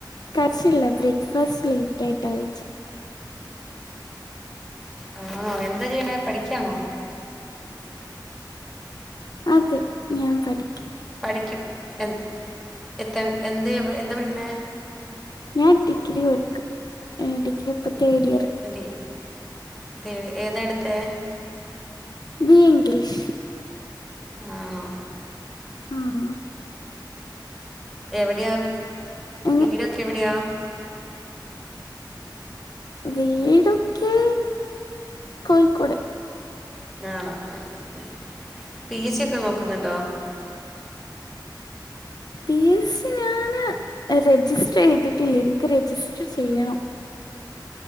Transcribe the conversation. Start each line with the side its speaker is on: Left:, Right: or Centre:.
Left: കഴശില്ല ബ്രേക്ക്ഫാസ്റ്റ് ലേറ്റ് ആയിട്ട് കയിച്ചെ.
Centre: ആണോ എന്താ ചെയ്യ്ണേ പഠിക്കാണോ?
Left: അതെ ഞാൻ പഠിക്ക.
Centre: പഠിക്കും എ എത്ത എന്ത് എന്താ പഠിക്കുന്നേ?
Left: ഞാൻ ഡിഗ്രി പടിക്ക ഏഹ് ഡിഗ്രി ഇപ്പൊ തേർഡ് ഇയർ.
Centre: അല്ലെ തേഴ് ഏതാടുത്തെ?
Left: ബി എ ഇംഗ്ലിഷ്
Centre: ആണോ?
Left: ആഹ്
Centre: എവിടെയാ വീ
Left: അങ്ങ്
Centre: വീടൊക്കെ എവിടെയാ?
Left: വീടൊക്കെ കോഴിക്കോട്
Centre: ആണോ ആഹ് ഉം പി എസ് സി ഒക്കെ നോക്കുന്നുണ്ടോ?
Left: പി എസ് സി ഞാന് രജിസ്റ്റർ ചെയ്തിട്ടില്ല ഇൻക്ക് രജിസ്റ്റർ ചെയ്യണം.